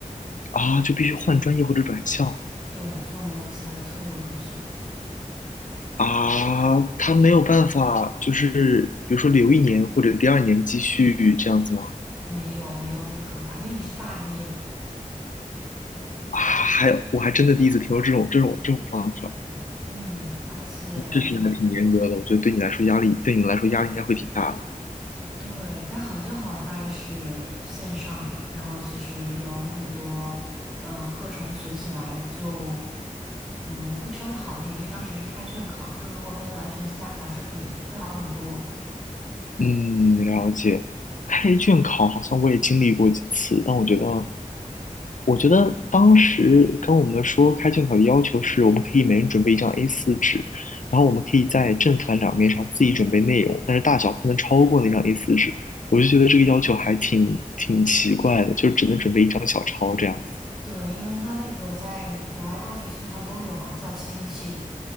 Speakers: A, on the left; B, in the centre.
A: 啊，就必须换专业或者转校
B: 对，就没有其他的退路可选，
A: 啊，他没有办法，就是比如说留一年或者第二年继续这样子吗？
B: 没有没有这个说法，因为你是大一耶，
A: 啊，还有，我还真的第一次听说这种这种这种方法。
B: 嗯，而且
A: 这实还挺严格的，我觉得对你来说压力，对你们来说压力应该会挺大的。
B: 对它好就好在是线上嘛，然后其实有很多嗯、呃课程学起来就嗯会稍微好一点，因为当时也是开卷考，就是如果跟完全线下考试比会好很多。
A: 嗯，了解。开卷考好像我也经历过几次，但我觉得，我觉得当时跟我们说开卷考的要求是，我们可以每人准备一张 A4 纸，然后我们可以在正反两面上自己准备内容，但是大小不能超过那张 A4 纸。我就觉得这个要求还挺挺奇怪的，就只能准备一张小抄这样子。
B: 对，因为他那个在国外大学基本上都有吧，叫 c 听系。